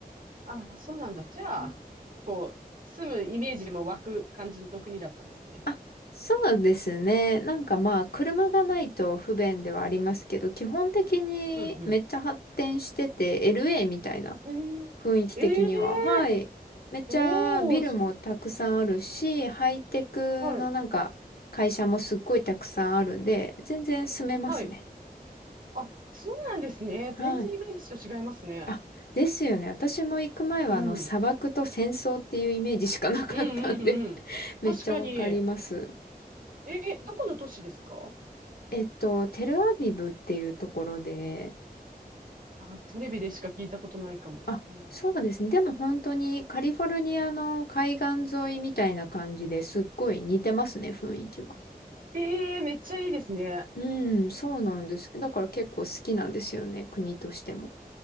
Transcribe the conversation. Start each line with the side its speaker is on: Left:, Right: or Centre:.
Right: あ、そうなんだ。じゃあ、
Left: うん
Right: こう、住むイメージも湧く感じの国だったんですね。
Left: あ、そうですね。なんかまあ、車がないと不便ではありますけど、基本的にめっちゃ発展してて、
Right: うん
Left: LA みたいな
Right: うん。
Left: 雰囲気的には、
Right: えー、え
Left: はい。
Right: ー、
Left: めっちゃビルもたくさんあるし、
Right: おー、知らん。
Left: ハイテクのなんか会社もすっごいたくさんあるんで、
Right: はい、
Left: 全然住めますね。
Right: はい。あ、そうなんですね。
Left: はい。
Right: 全然イメージと違いますね。
Left: あ、ですよね。私も行く前は、
Right: うん。
Left: あの、砂漠と戦争っていうイメージしかなかったんで
Right: うんうんうん。
Left: <laughs> めっちゃわかります。
Right: 確かに。えー、どこの都市ですか
Left: えっと、テルアビブっていうところで、
Right: あ、テレビでしか聞いたことないかも。
Left: あ、
Right: うん
Left: そうですね。でも本当にカリフォルニアの海岸沿いみたいな感じですっごい似てますね、雰囲気は。
Right: えー、めっちゃいいですね。
Left: うん、そうなんです。だから結構好きなんですよね、国としても。